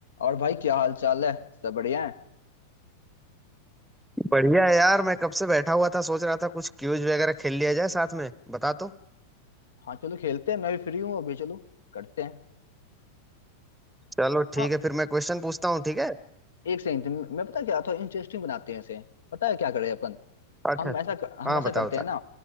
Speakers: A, on the left; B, in the centre.
A: और भाई क्या हाल चाल है सब बढ़िया है
B: बढ़िया है यार मैं कब से बैठा हुआ था सोच रहा था कुछ क्यूज वगैरह खेल लिया जाए साथ में बता तो
A: हाँ चलो खेलते हैं मैं भी फ्री हूँ अभी चलो करते हैं
B: चलो
A: हाँ
B: ठीक है फिर मैं क्वेश्चन पूछता हूँ ठीक है
A: एक सेकंड मैं पता है क्या था इंटरेस्टिंग बनाते हैं इसे पता है क्या करें अपन
B: अच्छा
A: हम
B: अच्छा
A: ऐसा हम
B: हाँ
A: ऐसा
B: बताओ
A: करते
B: बता
A: हैं ना